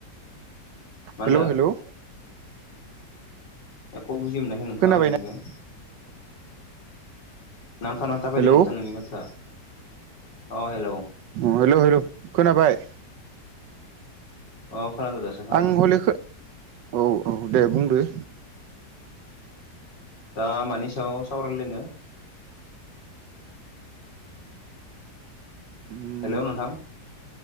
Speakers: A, on the left (about 80°); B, on the right (about 80°).
A: मा होनदो
B: हेलौ-हेलौ
A: एख' बुजि मोनाखै नोंथांङा
B: खोनाबायना
A: आंनिखो? नांथा नांथा फैदों
B: हेलौ
A: नोंथां नोंनि माथोआ अ हेलौ
B: औ हेलौ हेलौ खोनाबाय
A: अ खोनादो दासो खोनादो
B: आं हलेखो
A: नोंथां
B: औ औ दे बुंदो
A: दा मानि सायाव सावरायलायनो?
B: उम
A: हेलौ नोंथां